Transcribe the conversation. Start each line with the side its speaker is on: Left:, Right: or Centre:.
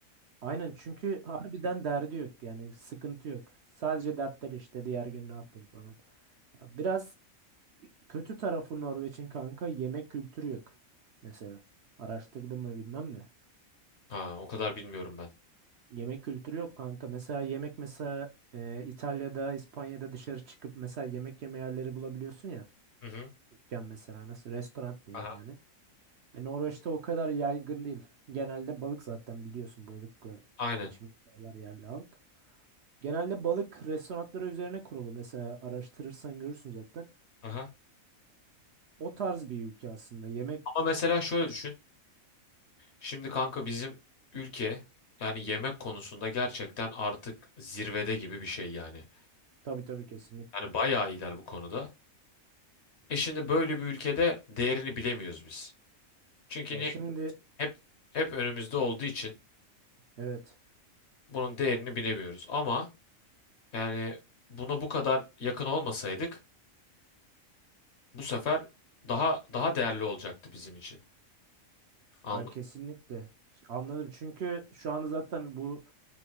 Right: aynen çünkü harbiden derdi yok yani sıkıntı yok. Sadece dertler işte diğer gün ne yapayım falan. Ya Biraz kötü tarafı Norveç'in kanka yemek kültürü yok mesela. Araştırdım mı bilmem de.
Left: Ha, o kadar bilmiyorum ben.
Right: Yemek kültürü yok kanka. Mesela yemek mesela e, İtalya'da, İspanya'da dışarı çıkıp mesela yemek yeme yerleri bulabiliyorsun ya.
Left: Hı hı.
Right: Dükkan mesela nasıl restoran diyeyim
Left: Aha.
Right: yani. E, Norveç'te o kadar yaygın değil. Genelde balık zaten biliyorsun balıkla
Left: Aynen.
Right: geçimini sağlar yerli halk. Genelde balık restoranları üzerine kurulu. Mesela araştırırsan görürsün zaten.
Left: Aha.
Right: O tarz bir ülke aslında. Yemek
Left: Ama mesela şöyle düşün. Şimdi kanka bizim ülke yani yemek konusunda gerçekten artık zirvede gibi bir şey yani.
Right: tabii tabii kesinlikle.
Left: Yani bayağı iyiler bu konuda. E şimdi böyle bir ülkede değerini bilemiyoruz biz. Çünkü
Right: Ya
Left: niye?
Right: şimdi
Left: Hep hep önümüzde olduğu için
Right: evet
Left: bunun değerini bilemiyoruz. Ama yani buna bu kadar yakın olmasaydık Bu sefer daha daha değerli olacaktı bizim için. Anladın
Right: Ha, kesinlikle.
Left: mı?
Right: Anladım. Çünkü şu an zaten bu